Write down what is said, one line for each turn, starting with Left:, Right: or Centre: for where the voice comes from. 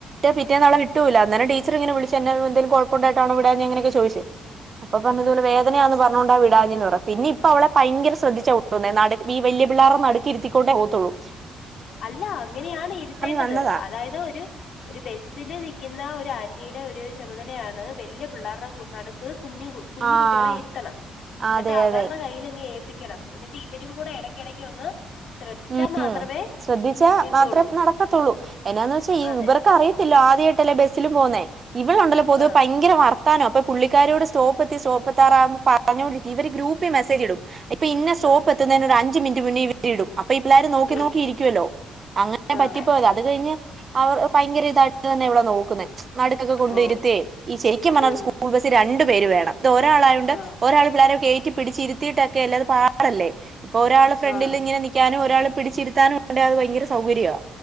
Right: പിറ്റേന്ന്. അവളെ വിട്ടൂല്ല ടീച്ചർങ്ങനെ വിളിച് എന്നെ എന്തേലും എന്തും കുഴപ്പണ്ടായിട്ടാണോ വിടാഞ്ഞെ എങ്ങനെയക്കെചോയിച്ച് അപ്പ
Left: ഉം
Right: പറഞ്ഞതോലെ വേദനയാന്ന് പറഞ്ഞോണ്ട വി... പറ പിന്നെ ഇപ്പ അവളെ ഭയങ്കര ശ്രദ്ധിച്ച <inaudible> നട് ഈ വല്യ പിള്ളാരെ നടുക്കിരുത്തികൊണ്ടേ പോകതൊള്ളു
Left: അല്ല അങ്ങനെയാണ് ഇരുത്തേണ്ടത്
Right: വന്നതാ
Left: അതായത് ഒരു ഒരു ബസിൽ നിൽക്കുന്ന ഒരു ആന്റിയുടെ ഒരു ചുമതലയാണ് വലിയ പിള്ളേരുടെ നടുക്ക് കുഞ്ഞ് കുഞ്ഞുകുട്ടികളെ
Right: ആഹ്
Left: ഇരുത്തണം എന്നിട്ട്
Right: അതെ
Left: അവരുടെ
Right: അതെ
Left: കയ്യില് അങ്ങ് ഏ ൽപ്പിക്കണം എന്നിട്ട് ഇവരും കൂടെ ഇടയ്ക്കിടക്ക് ഒന്ന് ശ്രദ്ധിച്ചാൽ
Right: ഉം
Left: മാത്രമേ
Right: ശ്രദ്ധിച്ചാ
Left: കിട്ടുള്ളൂ
Right: മാത്രേ നടക്കത്തുള്ളൂ എന്നാന്ന് വെച്ചാ
Left: അതെ
Right: ഇവർക്ക് അറിയത്തില്ല ആദ്യമായിട്ടല്ലേ ബസ്സിലും പോന്നേ ഇവളുണ്ടല്ലോ പൊതുവേ
Left: ആഹ്
Right: ഭയങ്കര വർ താനോ അപ്പ പുള്ളിക്കാരോട് സ്റ്റോപ്പ് എത്തി സ്റ്റോപ്പ് എത്താറവുമ്പോ പറഞ്ഞോണ്ടി് <inaudible> ഇവര് ഗ്രൂപ്പിൽ മെസേജ് ഇടും ഇപ്പ ഇന്ന സോപ്പ്
Left: ആഹ്
Right: എത്തുന്നതിന് ഒരു അഞ്ച് മിനിറ്റ് മുന്നേ ഇവ അപ്പൊ ഈ പിള്ളേർ നോക്കി
Left: ഉം
Right: നോക്കിയിരിക്കുവല്ലോ അങ്ങനെ പറ്റിപ്പോയത
Left: ആഹ്
Right: അത് കഴിഞ്ഞ് അവർ ഭയങ്കര ഇതായിട്ട് തന്നെ ഇവളെ നോക്കുന്നെ നാട്ടത്തൊക്കെ കൊണ്ടുവരുത്തയ
Left: ഓ
Right: ഈ നടുകൊക്കെ കൊണ്ടിരുത്തി ഈ ശരിക്കും പറഞ്ഞൽ
Left: ഉം
Right: ഒരു സ്കൂൾ ബസ്സിൽ രണ്ടു പേര് വേണം ഇത് ഒരാളായണ്ട്
Left: ആഹ്
Right: ഒരാൾ പിള്ളേരും കേ റ്റി പിടിച്ചിരുത്തിയിട്ടൊക്കെല്ലെ അത് പാടല്ലേ ഇപ്പോ ഒരാള് ഫ്രണ്ടിൽ
Left: ആഹ്
Right: ഇങ്ങനെ നി ഒരാൾ പിടിച്ച് ഇരുത്താനുണ്ടെ അത് ഭയങ്കര സൗകര്യാ